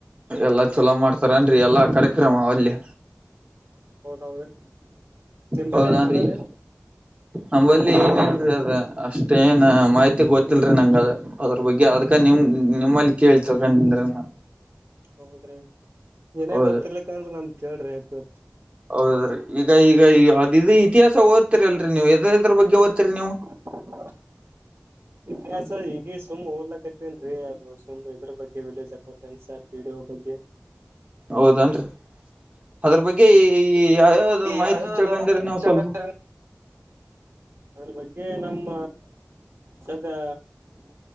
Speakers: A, on the right; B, on the right.
A: ಎಲ್ಲಾ ಚೊಲೋ ಮಾಡ್ತಾರೆನ್ರಿ ಎಲ್ಲಾ ಕಾರ್ಯಕ್ರಮ ಅಲ್ಲಿ.
B: ಹೌದೌದ್ರಿ ನಿಂಬಲ್ಲಿ
A: ಹೌದನ್ರಿ
B: ಏನ್ ಮಾಡಲ್ಯೆನ್.
A: ನಂಬಲ್ಲಿ ಏನ ಇಲ್ರಿ ಅದ ಅಷ್ಟೇ ಏನ ಮಾಹಿತಿ ಗೊತ್ತಿಲ್ರಿ ನಂಗದ. ಅದ್ರ ಬಗ್ಗೆ ಅದಕ ನಿಮ ನಿಮ್ಮಲ್ಲಿ ಕೇಳಿತಿಳ್ಕಂದ್ರಿ ನಾ.
B: ಹೌದ್ರಿ ಏನ
A: ಹೌದು
B: ಗೊತ್ತಿರ್ಲಿಕ್ಕ ಅಂದ್ರ ನಮ್ ಕೇಳ್ರಿ ಏಳ್ತೀವಿ.
A: ಹೌದ್ರೀ ಈಗ ಈಗ ಈ ಅದಿದಿ ಇತಿಹಾಸ ಓತ್ತಿರಿ ಅಲ್ರಿ ನೀವು ಎದ್ರೆದ್ರ ಬಗ್ಗೆ ಓತ್ತಿರಿ ನೀವು.
B: ಹ <unintelligible> ಇತಿಹಾಸ ಹೀಗೆ ಸುಮ್ ಓದಲಕತ್ತೇನ್ರೀ ಅದು ಸುಮ್ ಇದ್ರ ಬಗ್ಗೆ ವಿಲೇಜ್ ಆಕೌಂಟ್ ಕೆಲಸ ಪಿ ಡಿ ಒ ಬಗ್ಗೆ.
A: ಹೌದನ್ರಿ ಅದ್ರ ಬಗ್ಗೆ ಈ ಯಾವ್ಯಾವ್ದೊ ಮಾಹಿತಿ
B: ಯಾವ್ಯಾವ್ದ
A: ತಿಳ್ಕೊಂಡರೆ
B: ಮಾಹಿತಿ
A: ನೀವು
B: ತಿಳ್ಕತ್ತೀರಿ
A: ಸ್ವಲ್ಪು.
B: ಅದ್ರ ಬಗ್ಗೆ ನಮ್ಮ ಸದ್ಯ